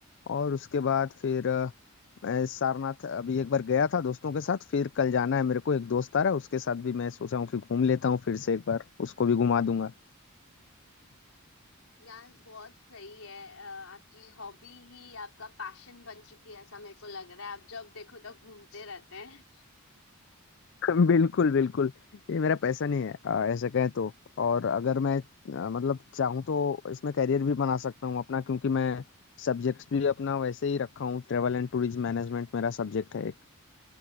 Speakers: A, on the left; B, on the left.
A: और उसके बाद फिर अ, मैं सारनाथ अभी एक बार गया था दोस्तों के साथ फिर कल जाना है मेरे को एक दोस्त आ रहा है उसके साथ भी मैं सोचा हूँ कि घूम लेता हूँ फिर से एक बार उसको भी घुमा दूंगा
B: यार बहुत सही है अ, आपकी हॉबी ही आपका पैशन बन चुकी है ऐसा मेरे को लग रहा है आप जब देखो तब घूमते रहते हैं
A: <laughs> बिल्कुल बिल्कुल ये मेरा पैशन ही है आ, ऐसे कहें तो और अगर मैं आ, मतलब चाहूँ तो इसमें करियर भी बना सकता हूँ अपना क्योंकि मैं सब्जेक्ट्स भी अपना वैसे ही रखा हूँ ट्रेवल एंड टूरिज्म मैनेजमेंट मेरा सब्जेक्ट है एक